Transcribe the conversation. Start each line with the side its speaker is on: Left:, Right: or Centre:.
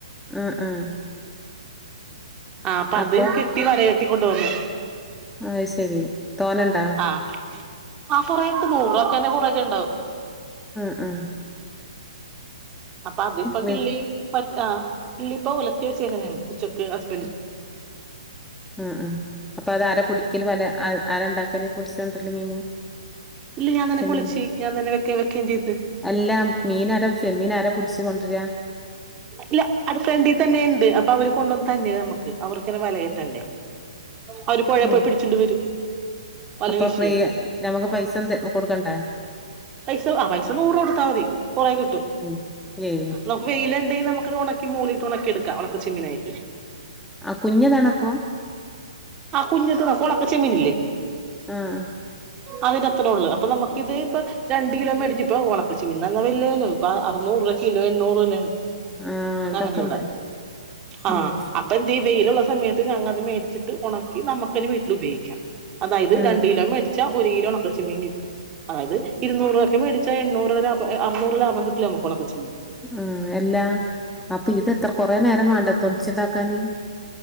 Centre: ആഹ ആഹ
Right: ആ അപ്പം അതുംകിട്ടി
Centre: അപ്പൊ
Right: വല കെട്ടിക്കൊണ്ട് വന്നു
Centre: അയ് ശരി തോന്നണ്ടാ
Right: ആഹ ആ കുറേണ്ട് നൂറ് രൂപ ഒക്കെ തന്നെ കുറെ ഒക്കെണ്ടാവും
Centre: ആഹ ആഹ
Right: അപ്പൊ അതിപ്പൊ
Centre: വെ
Right: കിള്ളി പ്പ ആഹ കിള്ളി ഇപ്പ ഉലത്തി വെച്ചേക്കണേണ് ഉച്ചക്ക് ഹസ്
Centre: ഉം അഹ അഹ അപ്പൊ അത് ആരാ പുടിയ്ക്കല് വല ആരാണ്ടാക്കല് പുട്ച്ചൊണ്ടല്ലൊ മീന്
Right: ഇല്ല ഞാൻ തന്നെ
Centre: ചെമ്മീൻ
Right: പൊളിച്ച് ഞാൻ തന്നെ വെക്കേ വെക്കേം ചെയ്ത്.
Centre: അല്ല മീനാരാ ചെമ്മീനാരാ പുട്ച്ച് കൊണ്ടരാ?
Right: ഇല്ല അത് ഫ്രണ്ടി തന്നെ യ്ണ്ട്. അപ്പൊ അവര് കൊണ്ടുവന്ന് തര്‌ണ് നമ്മക്ക് അവർക്കെന്നെ വല കെട്ടണ്ടേ. അവര് പൊഴേ
Centre: ഉം
Right: പോയി പിടിച്ചൊണ്ട് വരും. വല
Centre: അപ്പൊ
Right: വീശിയേ
Centre: ഫ്രീയാ, നമ്മക്ക് പൈസൊന്നും തെ കൊടുക്കണ്ടേ?
Right: പൈസ ആഹ് പൈസ നൂറ് കൊടുത്താ മതി കൊറേ കിട്ടും.
Centre: ഉം ഏഹ്
Right: നമുക്ക് വെയിലണ്ടെങ്കി നമുക്കത് ഒണക്കി മോളിട്ട് ഒണക്കിയെടുക്കാ. ഒണക്കചെമ്മീനായിട്ട്.
Centre: ആഹ് കുഞ്ഞ്യെതാണപ്പോം.
Right: ആഹ് കുഞ്ഞത് ഒണക്ക ചെമ്മീനില്ലേ
Centre: ആഹ്
Right: അതിൻ്റെ അത്ര ഒള്ള്. അപ്പം നമുക്കിത് ഇപ്പൊ രണ്ട് കിലോ മേടിച്ചിപ്പോ ഒണക്കചെമ്മീൻ നല്ല വിലയല്ലേ ഇപ്പൊ അറുന്നൂറ് രൂപ കിലോ എണ്ണൂറ് രൂപ വെലേണ്.
Centre: ആഹ് അതൊക്കെണ്ട്
Right: ഞങ്ങൾടെ ഇവടെ ആഹ്
Centre: ഉം
Right: അപ് പ്പെന്തെയ് ഈ വെയിലുള്ള സമയത്ത് ഞങ്ങൾത് മേടിച്ചിട്ട് ഒണക്കി നമ്മുക്കെന്നെ വീട്ടില് ഉപയോഗിക്കാ. അതായത്
Centre: ആഹ്
Right: രണ്ട് കിലോൻ മേടിച്ചാ ഒരു കിലോ ഒണക്കച്ചെമ്മീൻ കിട്ടും. അതായത് ഇരൂനൂറ് രൂപയ്ക്ക് മേടിച്ചാ എണ്ണൂറ് രൂപ ലാഭം എഹ് അറ്‌നൂറ് ലാഭം കിട്ടി നമുക്കൊണക്കച്ചെമ്മീൻ.
Centre: ആഹ് അല്ലാ അപ്പ ഇത് എത്ര കൊറേ നേരം മാണ്ടെ തൊൽച്ണ്ടാക്കാന്.